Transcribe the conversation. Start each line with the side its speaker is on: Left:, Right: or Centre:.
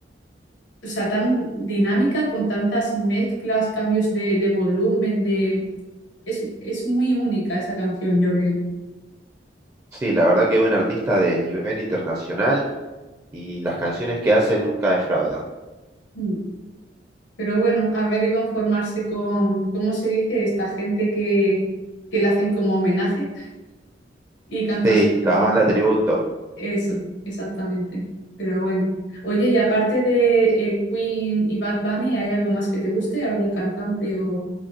Left: o sea, tan dinámica, con tantas mezclas, cambios de, de volumen, de... Es, es muy única esa canción, yo creo.
Right: Sí, la verdad que es un artista de nivel internacional y las canciones que hace nunca defraudan.
Left: Mm. Pero bueno, habrá que conformarse con, ¿cómo se dice? Esta gente que, que le hacen como homenaje y cantan
Right: Sí,
Left: sus canciones.
Right: las bandas tributo.
Left: Eso, exactamente. Pero bueno. Oye, y aparte de eh, Queen y Bad Bunny, ¿hay algo más que te guste? ¿Algún cantante o